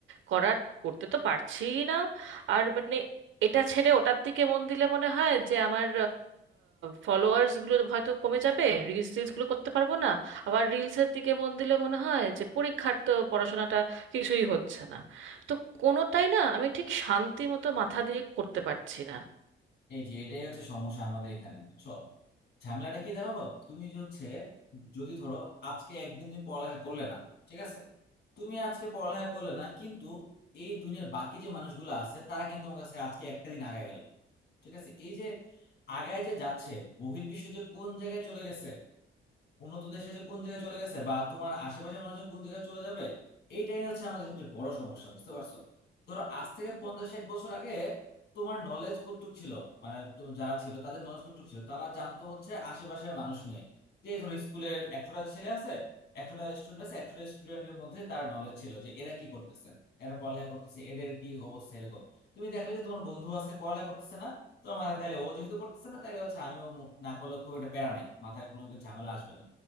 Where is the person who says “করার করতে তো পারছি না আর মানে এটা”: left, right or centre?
Right